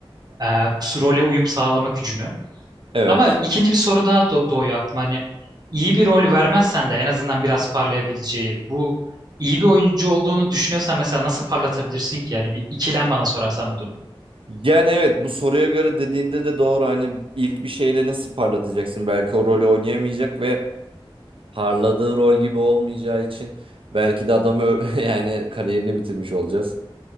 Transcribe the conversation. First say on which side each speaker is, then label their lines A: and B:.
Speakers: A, on the right; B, on the right.
A: e, role uyum sağlama gücünü.
B: Evet.
A: Ama ikinci bir soru daha do- doğuyor aklıma. Hani iyi bir rol vermezsen de en azından biraz parlayabileceği. Bu iyi bir oyuncu olduğunu düşünüyorsan mesela nasıl parlatabilirsin ki? Yani bir ikilem bana sorarsan bu durum.
B: Yani evet bu soruya göre dediğinde de doğru. Hani ilk bir şeyle nasıl parlatacaksın? Belki o rolü oynayamayacak ve parladığı rol gibi olmayacağı için belki de adamı ö- <laughs> yani kariyerini bitirmiş olacağız.